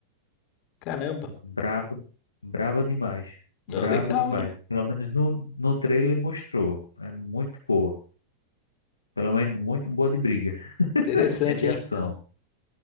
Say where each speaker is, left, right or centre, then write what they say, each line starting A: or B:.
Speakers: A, on the left; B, on the left.
A: caramba.
B: Braba, braba demais. Braba
A: Ó, legal,
B: demais.
A: hein?
B: Pelo menos no, no trailer mostrou. É muito boa. Pelo menos muito boa de briga. <laughs>
A: Interessante,
B: É de
A: hein?
B: ação.
A: É.